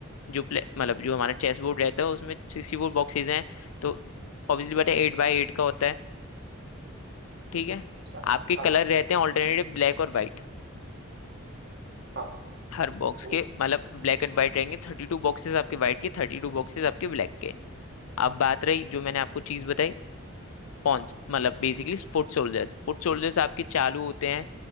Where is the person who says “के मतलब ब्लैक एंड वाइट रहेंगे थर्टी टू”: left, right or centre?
Left